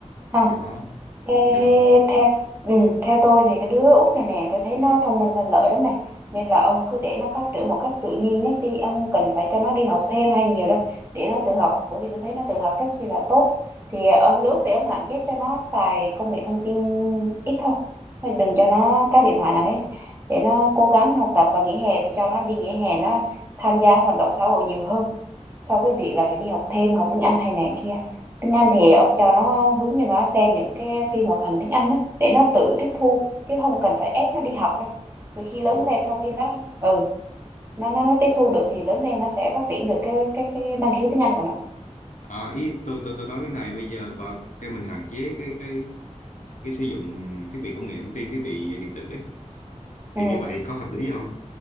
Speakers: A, on the right (about 20°); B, on the left (about 85°).
A: Không,
B: cho nó
A: Ê,
B: cho nó
A: theo ừ, theo tôi thì cái đứa út này nè tôi thấy nó thông minh lanh lợi lắm này nên là ông cứ để nó phát triển một cách tự nhiên nhất đi ông không cần phải cho nó đi học thêm hay nhiều đâu để nó tự học bởi vì tôi thấy nó tự học rất chi là tốt thì ờ, ông đứa út thì ông hạn chế cho nó xài công nghệ thông tin ít thôi Thôi đừng cho nó cái điện thoại nào hết để nó cố gắng học tập và nghỉ hè thì cho nó đi nghỉ hè nó tham gia hoạt động xã hội nhiều hơn so với việc là phải đi học thêm học tiếng Anh hay này kia tiếng Anh thì ông cho nó hướng cho nó xem những cái phim hoạt hình tiếng Anh á để nó tự tiếp thu chứ không cần phải ép nó đi học đâu vì khi lớn
B: tôi
A: lên sau khi nó ừ nó nó nó tiếp thu được thì lớn lên nó sẽ phát triển được cái cái cái năng khiếu tiếng Anh của nó
B: à, ý tôi tôi tôi nói thế này bây giờ bà kêu mình hạn chế cái cái cái sử dụng thiết bị công nghệ thông tin thiết bị điện tử ấy Thì
A: ừ
B: như vậy có hợp lý không?